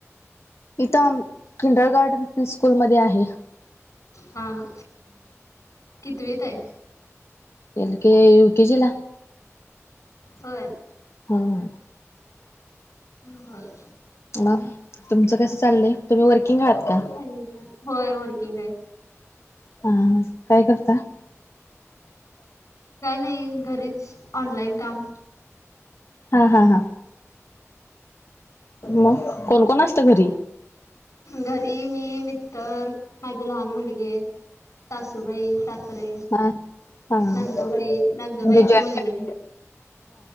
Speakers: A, on the left; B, on the left.
A: इथं किंडर गार्डन प्री स्कूल मध्ये आहे.
B: हा हा. कितवीेत आहे.
A: एल् के यु केे जिला
B: हो.
A: हा.
B: ह ह.
A: म तुमचं कस चाललंय तुम्ही वर् किंगात का
B: काय नाही होय वर्किंग आहे.
A: हा काय करता
B: काय नाही घरीच ऑनलाईन काम
A: हा हा हा मग कोण कोण असत घरी
B: घरी मी मिस्टर माझे लहान मुलगे सासूबाई सास े
A: हा हा
B: नंदुबाई नंदुबाईंची
A: म्हणजे जॉईंट
B: मुली
A: फॅमिली.
B: आहे.